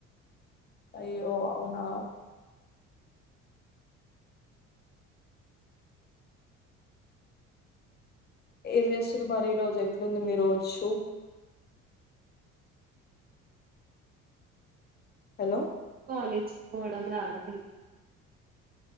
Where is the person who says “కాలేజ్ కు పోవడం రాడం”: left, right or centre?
Right